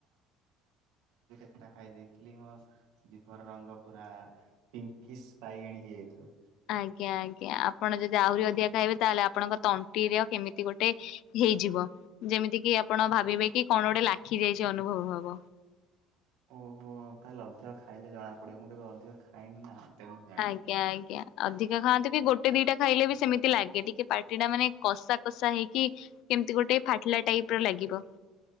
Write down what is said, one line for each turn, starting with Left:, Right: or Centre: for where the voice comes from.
Right: ଟା ଖାଇ ଦେଇେଥିଲି ମୋ ଜିଭର ରଙ୍ଗ ପୁରା ପିଙ୍କିସ୍ ବାଇଗଣୀ ହେଇଯାଇଥିଲା।
Left: ଆଜ୍ଞା ଆଜ୍ଞା ଆପଣ ଯଦି ଆହୁରି ଅଧିକା ଖାଇବେ ତାହେଲେ ଆପଣଙ୍କ ତଣ୍ଟିର କେମିତି ଗୋଟେ ହେଇଯିବ, ଯେମିତି କି ଆପଣ ଭାବିବେ କି କଣ ଗୋଟେ ଲା ଖିଦାଇଛି ଅନୁଭବ ହବ
Right: ଓହୋ ତାହେଲେ ଅଧିକ ଖାଇଲେ ଜଣା ପଡିବ। ମୁଁ କେବେ ଅଧିକ ଖାଇନି ନା ତେଣୁ ଜାଣିନି।
Left: ଆଜ୍ଞା ଆଜ୍ଞା ଅଧିକା ଖାଆନ୍ତୁ କି ଗୋଟେ ଦିଟା ଖାଇଲେ ବି ସେମିତି ଲାଗେ ଟିକେ ପା ଟା ମାନେ କଷା କଷା ହେଇକି କେମିତି ଗୋଟେ ଫାଟିଲା ଟାଇପର ଲାଗିବ।